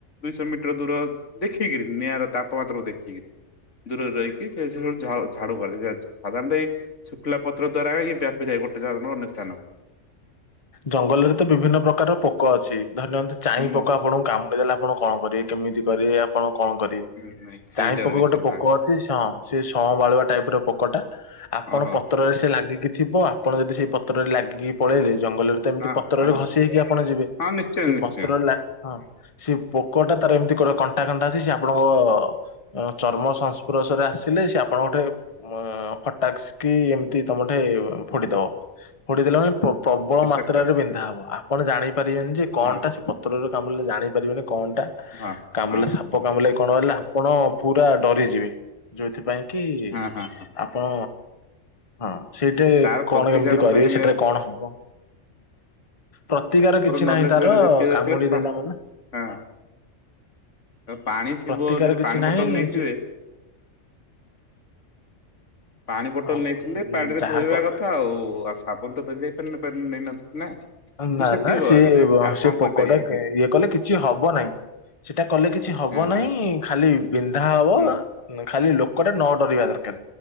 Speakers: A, on the left; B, on the left.
A: ଦୁଇଶହ ମିଟର ଦୂର ଦେଖିକିରି, ନିଆଁର ତାପମାତ୍ରା କୁ ଦେଖିକିରି। ଦୂରରେ ରହିକି ସେ ସବୁକୁ ଝା- ଝାଡୁ କରିଦେବେ ସାଧାରଣତଃ ଏଇ ସୁଖିଲା ପତ୍ର ଦ୍ଵାରା ଇଏମିତିଆ ଆପେଯାଏ ଗୋଟେ ଧାରଣରୁ ଅନ୍ୟ ସ୍ଥାନ କୁ।
B: ଜଙ୍ଗଲରେ ତ ବିଭିନ୍ନ ପ୍ରକାର ପୋକ ଅଛି। ଧରିନିଅନ୍ତୁ ଚାଇଁ
A: ହୁଁ
B: ପୋକ ଆପଣଙ୍କୁ କାମୁଡି ଦେଲା। ଆପଣ କଣ କରିବେ? କେମିତି କରିିବେ? ଆପଣ କଣ କରିବେ?
A: ହୁଁ ନାଇଁ ସେଇଟାର
B: ଚାଇଁ ପୋକ
A: ବି
B: ଗୋଟେ
A: ସେଧା
B: ପୋକ ଅଛି। ହଁ ସେ ସଂବାଳୁଆ ଟାଇପର ପୋକ ଟା। ଆପଣ
A: ଓହୋ
B: ପତ୍ରରେ ସେ ଲାଗିକି ଥିବ। ଆପଣ ଯଦି ସେଇ ପତ୍ରରେ ଲାଗିକି ପଳେଇଲେ, ଜଙ୍ଗଲରେ ତ ଏମିତି
A: ହଁ
B: ପତ୍ରରେ
A: ହଁ
B: ଘଷି ହେଇକି ଆପଣ ଯିବେ।
A: ହଁ ନିଶ୍ଚୟ
B: ସେ
A: ନିଶ୍ଚୟ
B: ପତ୍ରରେ ଲା- ହଁ ସେ ପୋକ ଟା ତାର ଏମିତି କଣ କଣ୍ଟା କଣ୍ଟା ଅଛି ସେ ଆପଣଙ୍କ ଅଁ ଚର୍ମ ସଂସ୍ପର୍ଶରେ ଆସିଲେ ସେ ଆପଣଙ୍କ ଗୋଟେ ମ ଅଁ ଫଟାକ୍ସ କି ଏମିତି ତମଠେ ଫୋଡିଦବ ଫୋଡିଦେଲା ମାନେ ପ୍ର ପ୍ରବଳ
A: ବିଷାକ୍ତ
B: ମାତ୍ରାରେ ବିନ୍ଧା ହବ। ଆପଣ ଜାଣିପାରିବେନି ଯେ କଣ
A: ହଁ
B: ଟା ସେ ପତ୍ରରେ କାମୁଡ଼ିଲେ ଜାଣି ପାରିବେନି କଣ ଟା
A: ହଁ
B: କାମୁଲା?
A: ହଁ
B: ସାପ ପ କାମୁଡିଲା କଣ ହେଲା ଆପଣ ପୁରା ଡରିଯିବେ। ଯୋଉଥିପାଇଁ କି
A: ହଁ ହଁ
B: ଆପଣ ହଁ। ସେଇଟେ
A: ତାର ପ୍ରତିକାର
B: କଣ କେମିତି କରିବେ?
A: ପାଇଁ
B: ସେଟାରେ କଣ ହବ? ପ୍ରତିକାର କିଛି
A: ନଲେଜ
B: ନାହିଁ ତାର
A: ଯେତିକି ଅଛି
B: କାମୁଡି
A: ବୋଲି ପା
B: ଦେଲା ମାନେ,
A: ହଁ
B: ହୁଁ।
A: ପାଣି ଥିବ
B: ପ୍ରତିକାର
A: ଯଦି
B: କିଛି
A: ପାଣି
B: ନାହିଁ
A: ବୋଟଲ ନେଇଥିବେ
B: ସେ
A: ପାଣି ବୋଟଲ
B: ହଁ
A: ନେଇଥିଲେ ପାଣିରେ
B: ଯାହା
A: ଧୋଇବା
B: କଲା
A: କଥା ଆଉ। ଆସ ଆପଣ ତ ପାରି ଯାଇପାରିନ ପାରି ନେଇ ନ ନା। ମୁଁ
B: ନା
A: ସେତିକି
B: ନା ସିଏ
A: ଆଗ ଜାଣିଛି
B: ବ
A: ଆଉ
B: ସେ
A: କଣ କରିପାରିବା
B: ପୋକ ଟା କେଁ
A: କି
B: ଇଏ କଲେ କିଛି ହବ ନାହିଁ। ସେଟା କଲେ କିଛି ହବ
A: ହଁ
B: ନାହିଁ।
A: ହଁ
B: ଖାଲି ବିନ୍ଧା ହବ।
A: ହୁଁ
B: ଖାଲି ଲୋକଟା ନ ଡରିବା ଦର ରକାର।
A: ହୁଁ